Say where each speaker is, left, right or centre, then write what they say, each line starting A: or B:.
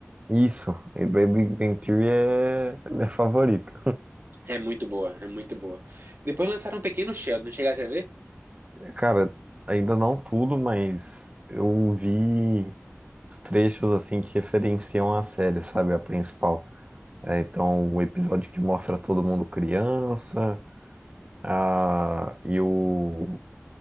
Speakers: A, on the right; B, on the right.
A: isso. E Baby Bang Theory é a minha favorita.
B: é muito boa, é muito boa. Depois lançaram Pequeno Sheldon, chegasse a ver?
A: Cara, ainda não tudo, mas eu vi os trechos assim que referenciam a série, sabe? A principal. É, então, o episódio que mostra todo mundo criança, a... e o